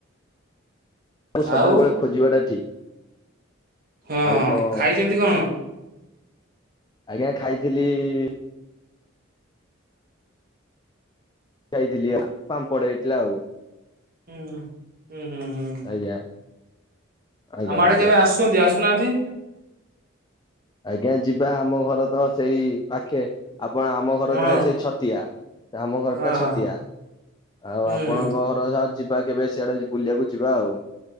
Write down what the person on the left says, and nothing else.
ଖ ସଦାବେଳେ
ଖୋଜିବା ଟା ଠିକ।
ଆଉ କଣ?
ଆଜ୍ଞା ଖାଇଥିଲି-ଇ-ଇ-ଇ ଖାଇଥିଲି ଆ ପାମ୍ପଡ଼ ହେଇଥିଲା ଆଉ।
ଆଜ୍ଞା। ଆଜ୍ଞା
ଆଜ୍ଞା
ଆଜ୍ଞା ଯିବା ଆମ ଘର ତ ସେଇ ପାଖେ ଆପଣ ଆମ ଘର
ଟା ସେଇ ଛତିଆ। ତ ଆମ ଘର
ଟା ଛତିଆ।
ଆଉ
ଆପଣଙ୍କ ଘର ଯା ଯିବା କେବେ ସିଆଡ଼େ ବୁଲିବାକୁ ଯିବା ଆଉ।